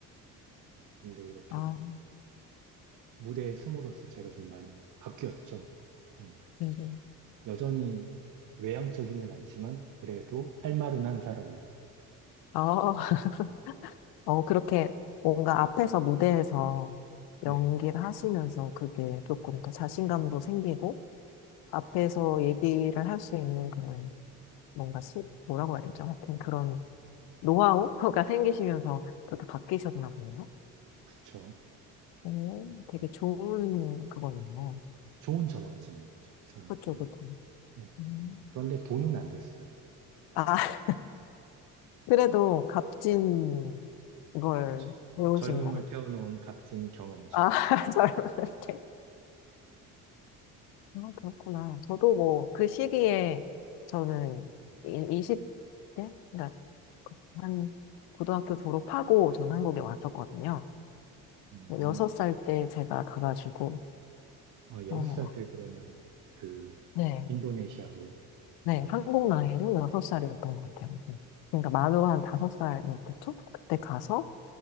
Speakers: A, on the right (about 50°); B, on the left (about 70°).
A: 근데 이렇게
B: 아,
A: 무대에 숨으로써 제가 좀 많이 바뀌었죠. 음,
B: 네
A: 여전히 외향적이진 않지만 그래도 할 말은 한 사람으로.
B: 어, <laughs> 어, 그렇게 뭔가 앞에서 무대에서
A: 네,
B: 연기를 하시면서 그게 조금 더 자신감도 생기고 앞에서 얘기를 할 수 있는 그런 뭔가 수, 뭐라고 해야 되죠? 하여튼 그런 노하우가 <laughs> 생기시면서 그렇게 바뀌셨나 보네요.
A: 그쵸.
B: 오,
A: 어,
B: 되게 좋은 그거네요.
A: 좋은 전환점이었죠, 저한테는.
B: 그쵸, 그쵸.
A: 네.
B: 음.
A: 그런데 돈은 안 됐어요.
B: 아, <laughs> 그래도 값진 걸
A: 그렇죠.
B: 배우신
A: 젊음을
B: 것 같아요.
A: 태워놓은 값진 경험이죠.
B: 아, <laughs> 잘 모르게. 아, 그렇구나. 저도 뭐, 그 시기에 저는 20대? 그러니까 한 고등학교 졸업하고 전 한국에 왔었거든요.
A: 음,
B: 6살 때 제가 가가지고,
A: 어, 여섯
B: 어,
A: 살 때 그러면 그
B: 네.
A: 인도네시아로
B: 네,
A: 이렇게
B: 한국 나이로 여섯 살이었던 것 같아요. 네. 그러니까 만으로 한 다섯 살이었겠죠? 그때 가서